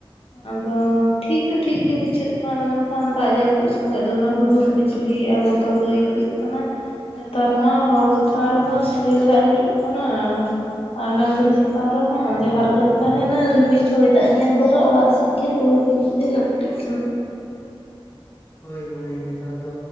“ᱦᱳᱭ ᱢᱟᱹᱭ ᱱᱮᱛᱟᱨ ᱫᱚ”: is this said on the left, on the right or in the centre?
Left